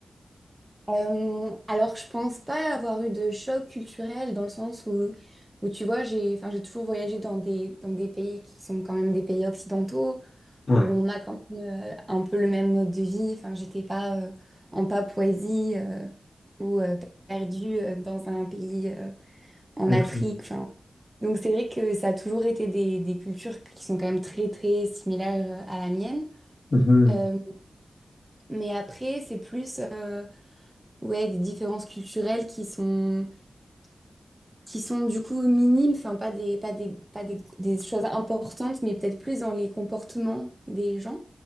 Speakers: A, on the right; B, on the left.
A: Euh, alors, je pense pas avoir eu de choc culturel dans le sens où, où tu vois, j'ai, enfin, j'ai toujours voyagé dans des, dans des pays qui sont quand même des pays occidentaux,
B: Ouais.
A: où on a quand même euh, un peu le même mode de vie. Enfin, j'étais pas euh, en Papouasie euh, ou euh, perdue euh, dans un pays euh, en
B: <laughs>
A: Afrique. Enfin, donc, c'est vrai que ça a toujours été des, des cultures qui sont quand même très, très similaires euh, à la mienne.
B: Mhm.
A: Euh, mais après, c'est plus euh, ouais, des différences culturelles qui sont qui sont du coup minimes, enfin pas des, pas des, pas des, des choses importantes, mais peut-être plus dans les comportements des gens.